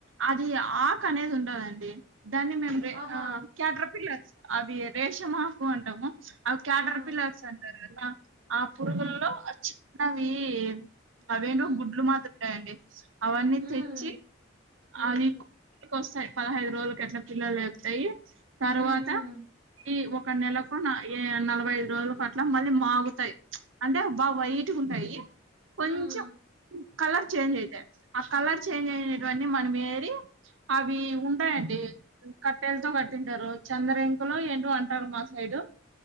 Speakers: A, on the right; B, on the right.
A: అది ఆక్ అనేది ఉండదండి దాన్ని మేము రే
B: ఆహా!
A: ఆ క్యాట్ర పిల్ల అవి రేషమ్ ఆకు అంటాము అవి క్యాటర్
B: ఆ!
A: పిల్లర్స్ అంటారు కద ఆ పురుగుల్లో చిన్నవి అవేంటో
B: హ్మ్.
A: గుడ్లు మాద్రి ఉంటాయండి అవన్నీ
B: హ్మ్.
A: తెచ్చి
B: హ్మ్.
A: అది వస్తాయి పదహైదు రోజులకు అట్ల పిల్లలు లేపుతాయి తర్వాత
B: హ్మ్. హ్మ్.
A: ఈ ఒక నెలకో నా ఏ నలభై ఐదు రోజుల కట్ల మళ్ళీ మాగుతాయి అంటే బా వైట్ గ ఉంటాయి కొంచెం
B: హ్మ్.
A: కలర్ చేంజ్ అయితాయి ఆ కలర్ చేంజ్ అయిన ఇవన్నీ మనం ఏరి అవి ఉంటాయండి కట్టేలతో కట్టింటారు చందర ఇంకులో ఏంటో అంటారు మా సైడ్